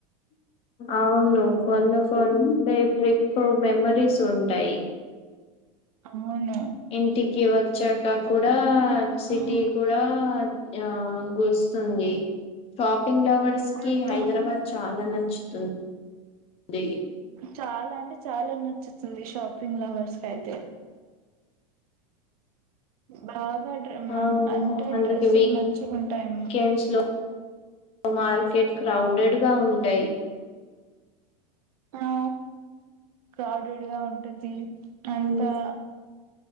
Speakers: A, on the left; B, on the right.
A: అవును కొన్ని కొంత ట్రిప్ మెమోరీస్ ఉంటాయి
B: అవును
A: ఇంటికి వచ్చాక కూడా సిటీ
B: ఆ,
A: కూడా ఆ గుస్తుంది షాపింగ్ లవర్స్ కి
B: గుర్తు
A: హైదరాబాద్ చాలా నచ్చుతుంది
B: చాలా అంటే చాలా నచ్చుతుంది షాపింగ్ లవర్స్ కి అయితే బాగా డ
A: అవును
B: అంటే
A: అందుకే
B: డ్రస్సులు మంచిగా ఉంటాయి ఉమ్
A: వీకెండ్స్ లో మార్కెట్ క్రౌడెడ్ గా ఉంటాయి
B: ఉ కడేడ్ గా ఉంటది అంతా
A: ఉమ్,